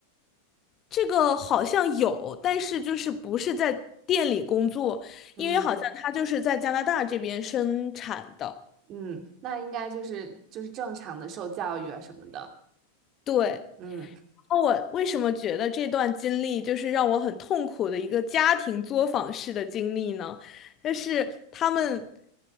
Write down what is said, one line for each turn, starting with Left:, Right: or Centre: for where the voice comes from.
Left: 这个好像有，但是就是不是在店里工作，
Right: 嗯。
Left: 因为好像他就是在加拿大这边生产的。
Right: 嗯，那应该就是就是正常的受教育啊什么的。
Left: 对。
Right: 嗯，
Left: 那我为什么觉得这段经历就是让我很痛苦的一个家庭作坊式的经历呢？就是他们，